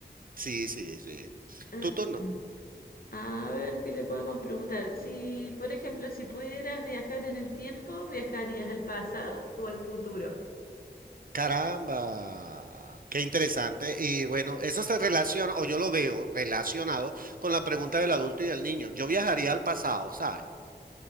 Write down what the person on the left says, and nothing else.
<clears throat>
A ver, ¿qué le podemos preguntar? Si, por ejemplo, si pudieras viajar en el tiempo, ¿viajarías al pasado o al futuro?